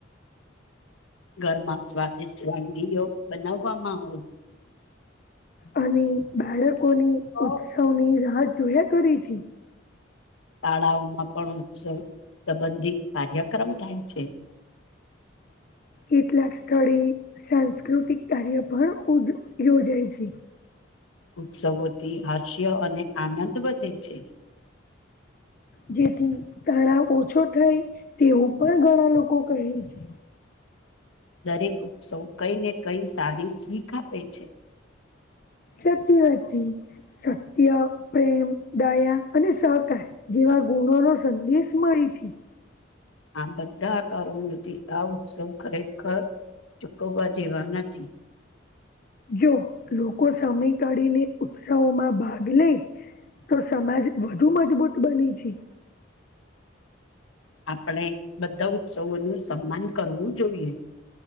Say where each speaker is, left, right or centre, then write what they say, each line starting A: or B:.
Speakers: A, on the left; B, on the left.
A: ઘરમાં સ્વાદિષ્ટ વાનગીઓ બનાવવામાં આવે.
B: અ બાળકોની
A: આવે
B: ઉત્સવની રાહ જોયા કરી છે.
A: શાળાઓમાં પણ ઉત્સવ સંબંધી કાર્યક્રમ થાય છે.
B: કેટલાક સ્થળે સાંસ્કૃતિક કાર્ય પણ યોજાય છે.
A: ઉત્સવોથી હાસ્ય અને આનંદ વધે છે.
B: જેથી તણાવ ઓછો થાય તેવું પણ ઘણા લોકો કહે છે.
A: દરેક ઉત્સવ કઈ ને કઈ સારી સ્વીખ આપે છે.
B: સાચી વાચી સત્ય પ્રેમ દયા અને સહકાર જે એવા ગુણો નો સંદેશ મળી છે.
A: આ બધા આકારોમાંથી આ ઉત્સવ ખરેખર. ચુકવવા જેવા નથી.
B: જો લોકો સમય કાઢીને ઉત્સાહોમાં ભાગ લે. તો સમાજ વધુ મજબૂત બને છે
A: આપણે બધા ઉત્સવોનું સન્માન કરવું જોઈએ.